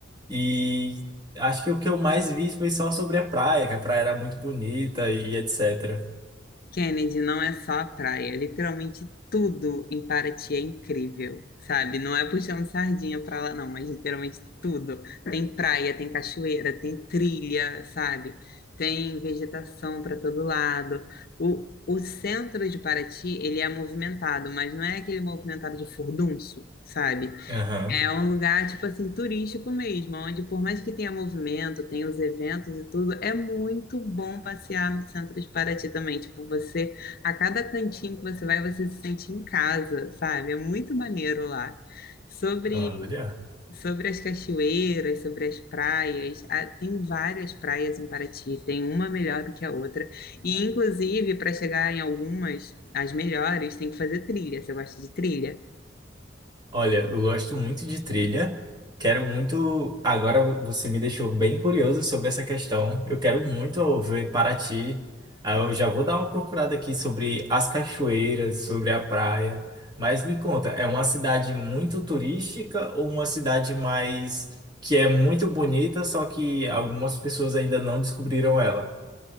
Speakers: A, on the right; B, on the left.
A: E acho que o que eu mais vi foi só sobre a praia, que a praia era muito bonita e etc.
B: Kennedy não é só a praia, é literalmente tudo em Paraty é incrível, sabe? Não é puxando sardinha pra lá, não, mas literalmente tudo. Tem praia, tem cachoeira, tem trilha, sabe? Tem vegetação para todo lado. O, o centro de Paraty, ele é movimentado, mas não é aquele movimentado de furdunço, sabe?
A: Aham,
B: É um lugar, tipo assim, turístico mesmo, onde por mais que tenha movimento, tenha os eventos e tudo, é muito bom passear no centro de Paraty também. Tipo, você, a cada cantinho que você vai, você se sente em casa, sabe? É muito maneiro lá. Sobre,
A: Olha.
B: sobre as cachoeiras, sobre as praias, ah, tem várias praias em Paraty, tem uma melhor do que a outra. E, inclusive, para chegar em algumas, as melhores, tem que fazer trilha. Você gosta de trilha?
A: Olha, eu gosto muito de trilha. Quero muito. Agora você me deixou bem curioso sobre essa questão. Eu quero muito ver Paraty. Aí eu já vou dar uma procurada aqui sobre as cachoeiras, sobre a praia. Mas me conta, é uma cidade muito turística ou uma cidade mais que é muito bonita, só que algumas pessoas ainda não descobriram ela?